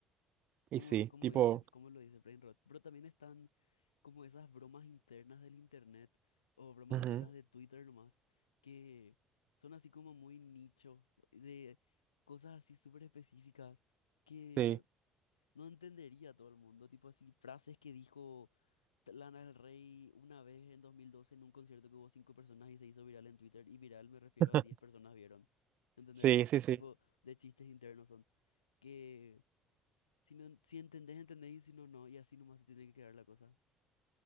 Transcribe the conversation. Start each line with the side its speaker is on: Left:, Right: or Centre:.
Right: Y
Left: Como,
Right: sí,
Left: como
Right: tipo,
Left: dice, como lo dice Brain Rot. Pero también están como esas bromas internas del internet o bromas
Right: ujú,
Left: internas de Twitter nomás, que son así como muy nicho, de cosas así súper específicas que
Right: sí,
Left: no entendería todo el mundo. Tipo así, frases que dijo Lana del Rey una vez en 2012 en un concierto que hubo cinco personas y se hizo viral en Twitter. Y viral me refiero
Right: <laughs>
Left: a 10 personas vieron. ¿Entendés?
Right: sí,
Left: Tipo
Right: sí,
Left: ese
Right: sí.
Left: tipo de chistes internos son que si no, en- si entendés, entendés, y si no, no, y así nomás se tiene que quedar la cosa.